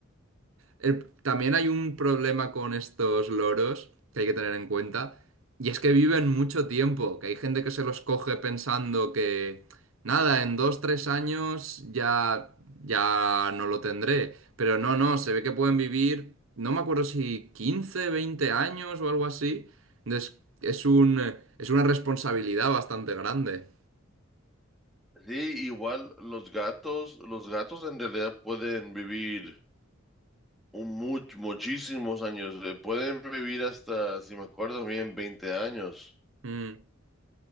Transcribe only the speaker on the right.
El- también hay un problema con estos loros que hay que tener en cuenta, y es que viven mucho tiempo, que hay gente que se los coge pensando que, nada, en dos, tres años ya, ya no lo tendré, pero no, no, se ve que pueden vivir, no me acuerdo si 15 20 años o algo así, entonces es un, es una responsabilidad bastante grande.
Mm,